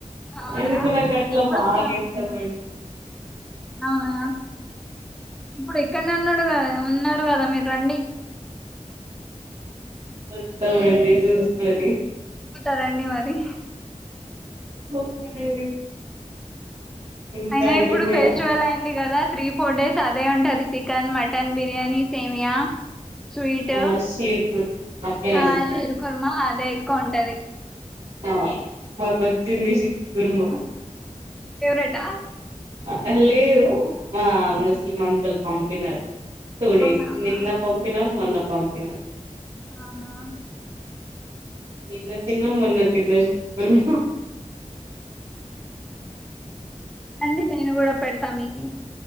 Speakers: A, in the centre; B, on the right.
A: అవునా
B: ఎందుకొ నాకు అట్ల
A: ఎప్పుడు
B: బాగా
A: ఫ-
B: ఇష్టం అండి
A: అవునా ఇప్పుడు ఇక్కడనే ఉన్నడు కద ఉన్నరు కదా మీరు రండి
B: వస్తామండి చూసుకొని
A: త రండి మరి
B: ఓకే అండి ఇంకా
A: అయినా
B: అండి
A: ఇప్పుడు
B: మీరు
A: ఫెస్టివల్ అయింది కదా త్రీ ఫోర్ డేస్ అదే ఉంటది చికెన్, మటన్, బిర్యానీ, సేమియా స్వీటు
B: ఆ షీర్ కుర్మా ఓకే అండి
A: ఆ షీర్ ఖుర్మా అదే ఎక్కువ ఉంటది
B: ఆ మాది పొద్దు షీర్ ఖుర్మా
A: ఫేవరెటా
B: ఆ లేదు మ ముస్లిం అంకుల్ పంపినారు టు డేస్
A: అవునవునా
B: నిన్న
A: అవునా
B: పంపినరు మొన్న పంపినరు
A: అవునా
B: నిన్న తిన్న మొన్న తిన్న చికెన్
A: అండి నేను కూడా పెడతా మీకి